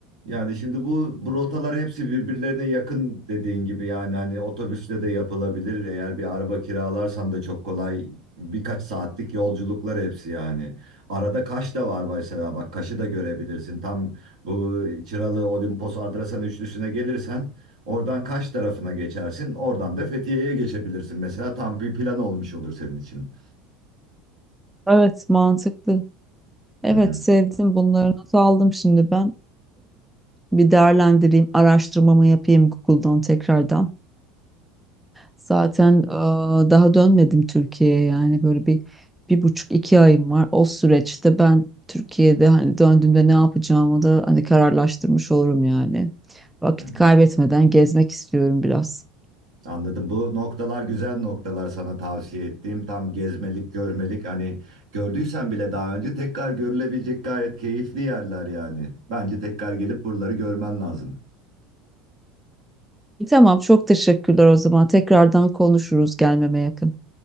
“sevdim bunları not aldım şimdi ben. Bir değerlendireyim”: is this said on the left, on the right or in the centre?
Centre